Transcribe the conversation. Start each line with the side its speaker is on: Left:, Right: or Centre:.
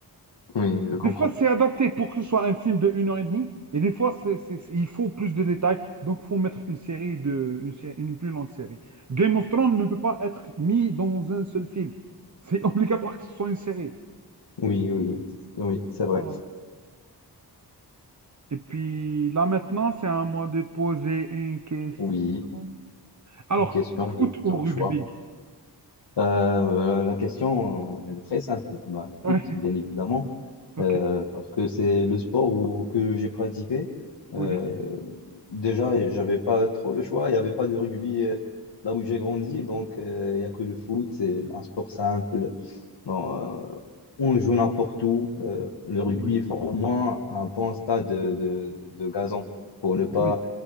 Left: Oui, je comprends.
Right: Des fois, c'est adapté pour que ce soit un film de une heure et demie et des fois, c'est, c'est- c'est- il faut plus de détails, donc il faut mettre une série de, une, sé- une plus longue série. Game of Thrones ne peut pas être mis dans un seul film. C'est <laughs> obligatoire que ce soit une série.
Left: Oui, oui, oui, c'est vrai.
Right: Ah. Et puis là maintenant, c'est à moi de poser une question.
Left: Oui,
Right: Alors,
Left: une question
Right: foot
Left: de
Right: ou
Left: ton
Right: rugby?
Left: choix. Euh, la question, euh, elle est très simple. Bah,
Right: Ouais,
Left: foot, bien évidemment,
Right: <laughs> ok,
Left: euh, parce que c'est le sport où- que j'ai pratiqué.
Right: ok,
Left: Euh, déjà, j'avais pas trop le choix. Il n'y avait pas de rugby euh, là où j'ai grandi, donc euh, il n'y a que le foot. C'est un sport simple. Bon, euh, on joue n'importe où. Euh, le rugby,
Right: oui,
Left: il faut au moins un bon stade de, de, de- de gazon pour ne pas,
Right: oui,